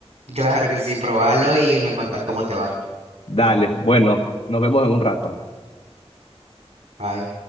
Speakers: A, on the right; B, on the left.
A: claro que sí, probalo y me contás cómo te va.
B: Dale, bueno, nos vemos en un rato.
A: Bye.